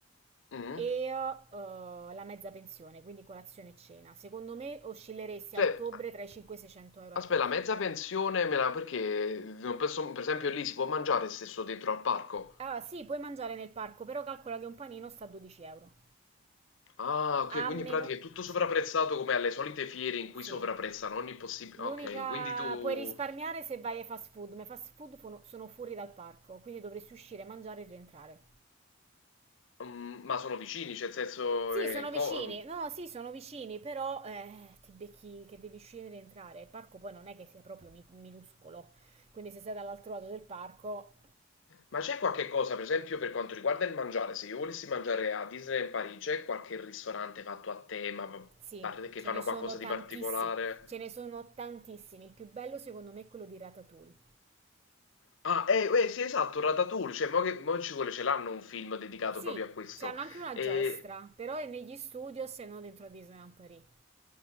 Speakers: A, on the left; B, on the right.
A: Mm.
B: e eh, la mezza pensione, quindi colazione e cena. Secondo me oscilleresti
A: Cioè,
B: a ottobre tra i 500 e i 600 euro
A: aspetta,
B: a testa.
A: la mezza pensione me la... perché non posso- per esempio lì si può mangiare stesso dentro al parco?
B: Allora, sì, puoi mangiare nel parco, però calcola che un panino sta a 12 euro.
A: Ah, ok,
B: A
A: quindi
B: meno...
A: in pratica è tutto sopravprezzato
B: Sì,
A: come alle solite fiere in cui
B: sì.
A: sovrapprezzano ogni possibile.
B: L'unica...
A: Ok, quindi tu.
B: Puoi risparmiare se vai ai fast food, ma i fast food fono- sono fuori dal parco, quindi dovresti uscire, mangiare e rientrare.
A: mm, ma sono vicini, cioè, nel senso.
B: Sì,
A: è
B: sono
A: co-
B: vicini. No, sì, sono vicini, però eh, ti becchi che devi scendere e entrare. Il parco poi non è che sia proprio mi- minuscolo. Quindi se sei dall'altro lato del parco,
A: Ma c'è qualche cosa, per esempio, per quanto riguarda il mangiare? Se io volessi mangiare a Disneyland Parigi, c'è qualche ristorante fatto a tema, pa-
B: sì,
A: parte- che
B: ce
A: fanno
B: ne sono
A: qualcosa
B: tantissimi.
A: di particolare?
B: Ce ne sono tantissimi. Il più bello secondo me è quello di Ratatouille.
A: Ah, eh, eh, sì, esatto, Ratatouille, cioè, mo che, mo ci vuole, ce l'hanno un film dedicato
B: Sì,
A: proprio a questo.
B: c'hanno anche una
A: E
B: giostra, però è negli studios e non dentro a Disneyland Paris.